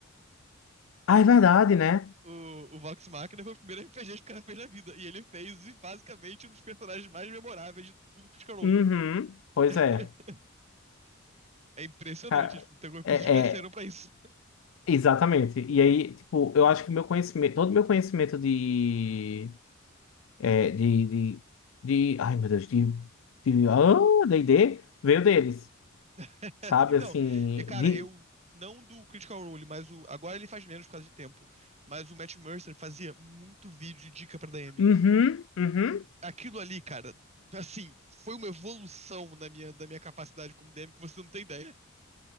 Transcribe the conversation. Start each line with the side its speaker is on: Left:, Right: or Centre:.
Left: Ah, é verdade, né?
Right: O, o Vox Machina foi o primeiro RPG que o cara fez na vida. E ele fez, e, basicamente, um dos personagens mais memoráveis de tudo Critical Role.
Left: Uhum. Pois
Right: <laughs>
Left: é.
Right: É impressionante.
Left: Ca-
Right: Tipo, tem algumas
Left: É,
Right: pessoas que nasceram
Left: é,
Right: pra isso.
Left: exatamente. E aí, tipo, eu acho que meu conhecimento, todo meu conhecimento de, é, de, de, de- ai meu Deus, de, de, ah, D&D, veio deles,
Right: <laughs>
Left: sabe?
Right: Então,
Left: Assim,
Right: é, cara,
Left: de,
Right: eu. Não do Critical Role, mas o. Agora ele faz menos por causa de tempo. Mas o Matt Mercer fazia muito vídeo de dica pra DM.
Left: uhum, uhum,
Right: aquilo ali, cara, assim, foi uma evolução na minha, da minha capacidade como DM que você não tem ideia.